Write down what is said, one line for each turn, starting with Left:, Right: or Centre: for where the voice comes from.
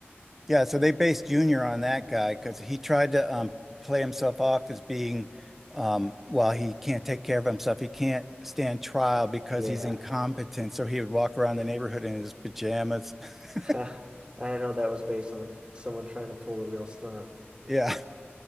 Centre: Yeah, so they based Junior on that guy because he tried to um, play himself off as being, um, well, he can't take care of himself. He can't stand trial because
Right: yeah.
Centre: he's incompetent. So he would walk around the neighborhood in his pajamas. <laughs>
Right: <laughs> I didn't know that was based on someone trying to pull a real stunt.
Centre: Yeah.